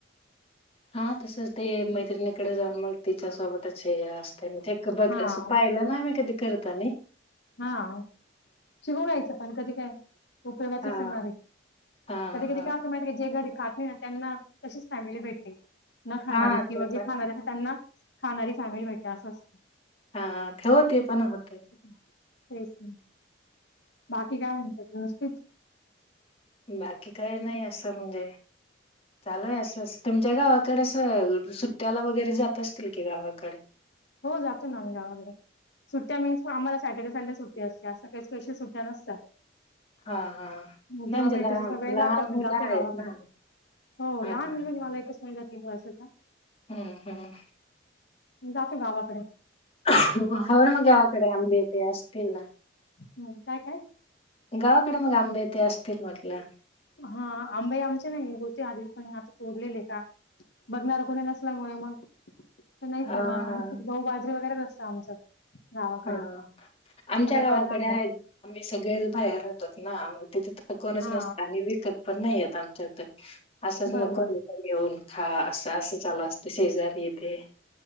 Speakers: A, on the left (about 30°); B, on the left (about 55°).
A: हां तसंच ते मैत्रिणीकडे जाऊंन मंग तिच्यासोबतचं हे असते म्हणजे बघं
B: हां,
A: असं पाहिलं नां मं कधीं करतं तांनी
B: हां शिकूंण घांयचं पणं कधीं कायं उपयोगाचे
A: हां.
B: चं येणारं आहे
A: हां,
B: कधीं कधीं
A: हां.
B: कायं माहिती कां जे घरी खातं नाहीं नां त्यांना तशीच फॅमिली भेटते नं खाणारी
A: हां,
B: किंवा
A: ते
B: जे
A: पण
B: खाणारे असतां त्यांना खाणारी फॅमिली भेटते असं असतं
A: हां ठेवते पणं होते
B: हं तेचं बाकी कायं म्हणतात व्यवस्थित
A: बाकी कांहीं नाहीं असं म्हणजे चालूंय असं तुमच्या गावांकडे असं सुट्ट्यांला वगैरें जातं असतील की गावांकडे
B: हो जातो नां आम्ही गावांकडे वगैरें सुट्ट्यां मिन्स आम्हाला सॅटर्डे संडे सुट्टी असते असं कांहीं स्पेशल सुट्ट्यां नसतात
A: हा हा
B: जेंव्हा
A: नाही
B: वेळं
A: म्हणजे
B: भेटाच्यांचा
A: लहान
B: वेळं
A: लहान
B: जातो आम्हीं
A: मुलं
B: जातो
A: आहेत
B: गावांकडे
A: ना
B: हो
A: हा
B: लहांन
A: हा
B: मुहिलं मलां एकचं महिना तीनं वर्षाचा
A: हम्मं हमं
B: जातो गावांकडे
A: हं मंग गावांकडे आंबे तेे असतील नां
B: हं काय काय
A: गावांकडे मंग आंबे ते असतील म्हटलं
B: हां आंबाई आमचे नाहीं होते आंधी पणं आंता कोरलेले आहे कां बघणांर कोणी नसल्यामुळें मंग ते नाहीं
A: हा
B: मंग
A: हा
B: गहूं बाजरी वगैरें असतं आमचं गावाकडे
A: हां आमच्या
B: सगळं
A: गावांकडे
B: कडधान्य
A: आहेतं आम्हीं सगळेच बाहेर राहतोत नां मंग तिथे तरं कोणचं
B: हा
A: नसतं आणि विकतं पणं नाहीं येतं आमच्याथ असंच मंग
B: बरोबर
A: कोणी घेऊंन खां असं असं चालूं असते शेजारी इथे